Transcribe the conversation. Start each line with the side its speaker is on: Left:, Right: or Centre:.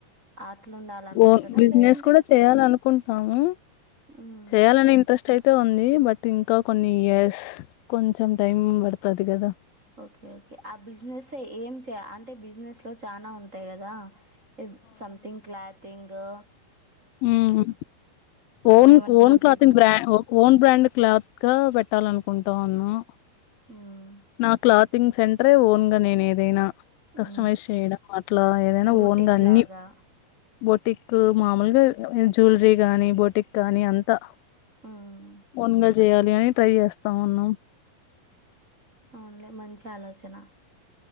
Right: అట్లా ఉండాలనుకుంటున్నా
Left: ఓన్ బిజినెస్
Right: లేదంటే
Left: కూడా చేయాలనుకుంటున్నాము
Right: మ్మ్
Left: చేయాలని ఇంట్రెస్ట్ అయితే ఉంది బట్ ఇంకా కొన్ని ఇయర్స్ కొంచెం టైం పడుతది కదా
Right: ఓకే ఓకే ఆ బిజినెస్ ఏంచే అంటే బిజినెస్ లో చానా ఉంటాయి కదా ఇ సమ్థింగ్ క్లాతింగు
Left: ఉమ్
Right: ఇదేమంట
Left: ఓన్ ఓన్
Right: బొటిక్
Left: క్లాతింగ్ బ్రా ఓన్ బ్రాండ్ క్లాత్గా పెట్ట పెట్టాలనుకుంటా ఉన్నాం
Right: మ్మ్
Left: నా క్లాత్ తింగ్ సెంటరే ఓన్గా నేనేదైనా కస్టమైజ్
Right: మ్మ్
Left: చేయడం అట్లా ఏదైనా
Right: బొటిక్
Left: ఓన్గా అన్ని
Right: లాగా
Left: బోటిక్ మామూలుగా జ్యువలరీ గానీ బోటిక్ కానీ అంతా
Right: మ్మ్
Left: ఓన్గా చేయాలి అని ట్రై చేస్తా ఉన్నాం
Right: అవునులే మంచి ఆలోచన